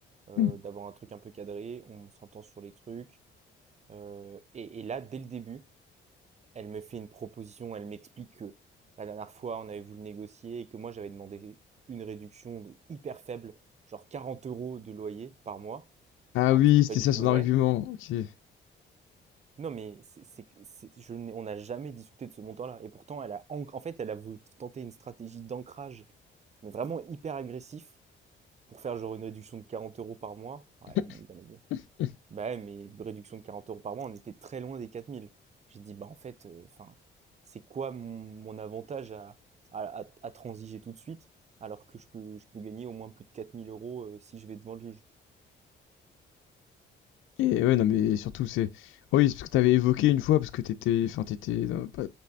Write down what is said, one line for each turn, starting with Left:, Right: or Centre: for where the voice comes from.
Right: euh,
Left: Hmm.
Right: d'avoir un truc un peu cadré. On s'entend sur les trucs. Euh, et, et là, dès le début, elle me fait une proposition. Elle m'explique que la dernière fois, on avait voulu négocier et que moi, j'avais demandé une réduction de- hyper faible, genre 40 euros de loyer par mois,
Left: Ah
Right: alors
Left: oui,
Right: que c'était pas
Left: c'était
Right: du
Left: ça
Right: tout
Left: son
Right: vrai.
Left: argument. Ok.
Right: Non, mais c'est, c'est, que- c'est- je n'ai- on n'a jamais discuté de ce montant-là. Et pourtant, elle a, en en fait, elle a voulu tenter une stratégie d'ancrage, mais vraiment hyper agressif pour faire genre une réduction de 40 euros par mois. Ouais,
Left: <laughs>
Right: bon, bien évidemment. Bah ouais, mais réduction de 40 euros par mois, on était très loin des 4000. J'ai dit, bah en fait, euh, enfin, c'est quoi mon, mon avantage à, à, à- à transiger tout de suite alors que je peux, je peux gagner au moins plus de 4000 euros euh, si je vais devant le juge
Left: Et ouais, non, mais surtout, c'est. oh Oui, c'est parce que t'avais évoqué une fois, parce que t'étais. Enfin, t'étais. dans- pas-